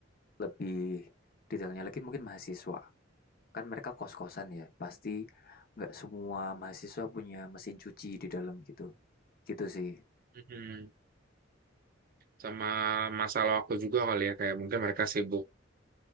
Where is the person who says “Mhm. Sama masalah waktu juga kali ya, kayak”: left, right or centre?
Right